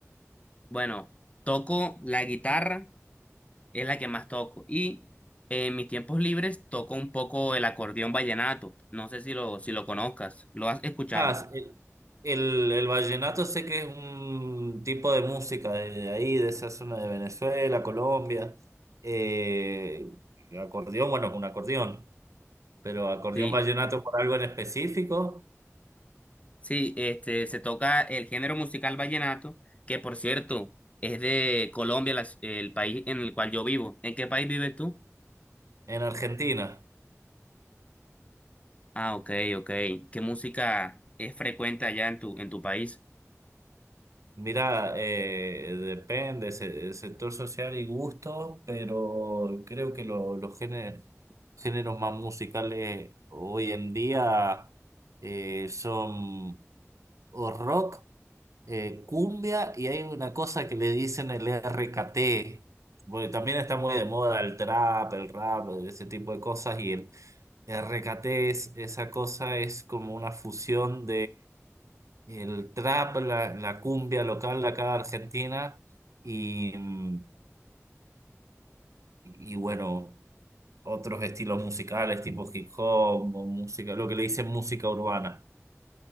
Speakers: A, on the left; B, on the right.
A: Bueno, toco la guitarra, es la que más toco. Y eh, en mis tiempos libres toco un poco el acordeón vallenato. No sé si lo, si lo conozcas, ¿lo has escuchado?
B: Ah, el, el, el vallenato sé que es un tipo de música de, de ahí, de esa zona de Venezuela, Colombia. Eh, acordeón, bueno, es un acordeón, pero acordeón
A: Sí.
B: vallenato por algo en específico
A: Sí, este, se toca el género musical vallenato, que por cierto es de Colombia, la ci- el país en el cual yo vivo. ¿En qué país vives tú?
B: en Argentina.
A: Ah, ok, ok. ¿Qué música es frecuente allá en tu, en tu país?
B: Mira, eh, depende, se- el sector social y gusto, pero creo que lo- los géner- géneros más musicales hoy en día eh, son o rock, eh, cumbia y hay una cosa que le dicen el RKT, porque también está muy de moda el trap, el rap, ese tipo de cosas y el RKT es, esa cosa es como una fusión el trap, la, la cumbia local de acá de Argentina y, mm, y bueno, otros estilos musicales tipo hip hop, o música, lo que le dicen música urbana.